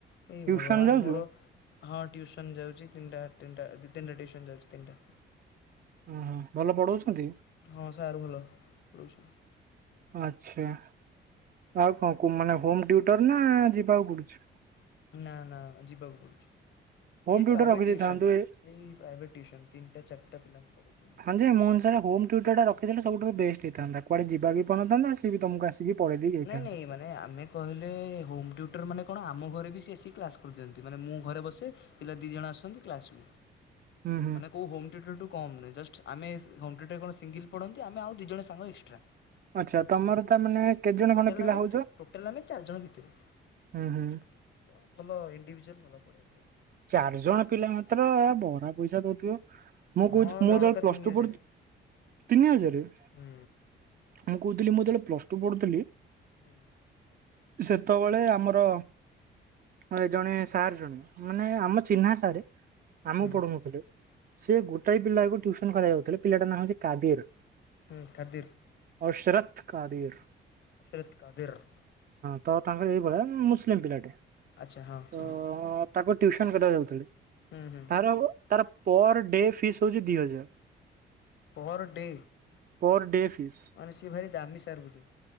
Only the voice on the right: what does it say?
ଟ୍ୟୁସନ
ଯାଉଛୁ?
ଓହୋ ଭଲ ପଢଉଛନ୍ତି?
ଆଚ୍ଛା। ଆଉ କଣ କୁ ମାନେ ହୋମ ଟିଉଟର ନା ଯିବାକୁ ପଡୁଚି?
ହୋମ
ଟିଉଟର
ରଖିଦେଇଥାନ୍ତୁ
ଏ
ହଁ ଯେ ମୋ ଅନୁସାରେ ହୋମ ଟ୍ୟୁଟର୍ ଟା ରଖିଥିଲେ ସବୁଠୁ ବେଷ୍ଟ ହେଇଥାନ୍ତା। କୁଆଡେ ଯିବାକୁ ବି ପଡିନଥାନ୍ତା ସିଏ ବି ତମକୁ ଆସିକି ପଢେଇ ଦେଇ ଯାଇଥାନ୍ତା।
ହୁଁ ହୁଁ
ଆଚ୍ଛା, ତମର ତା ମାନେ କେତେ ଜଣ
ଖଣ୍ଡେ ପିଲା
ହଉଛ?
ହୁଁ ହୁଁ
ଚାରି ଜଣ ପିଲା ମାତ୍ର ବରା ପଇସା ଦଉଥିବ। ମୁଁ
କହୁଚି ମୁଁ
ଯେତେବେଳେ ପ୍ଲସ
ଟୁ
ପଡୁଥିଲି ତିନି ହଜାରେ। ମୁଁ
କହୁଥିଲି ମୁଁ ଯେତେବେଳେ ପ୍ଲସ ଟୁ ପଢ଼ୁଥିଲି
ସେତବେଳେ ଆମର ଏ ଜଣେ ସାର୍ ଜଣେ। ମାନେ ଆମ ଚିହ୍ନା ସାରେ ଆମକୁ
ପଢ଼ୋଉନଥିଲେ। ସେ ଗୋଟାଏ ପିଲାକୁ ଟ୍ୟୁସନ କରାଯାଉଥିଲା ପିଲାଟା ନାଁ ହଉଛି କାଦିର।
ଅଶରତ କାଦିର୍।
ତ ତାଙ୍କର ଏଇଭଳିଆ ମୁସଲିମ ପିଲାଟେ।
ତ
ତାକୁ ଟିଉସନ କରିଆକୁ ଯାଉଥିଲେ
ତାର ତାର ପର ଡେ ଫିସ୍ ହଉଛି ଦି ହଜାର।
Per day fees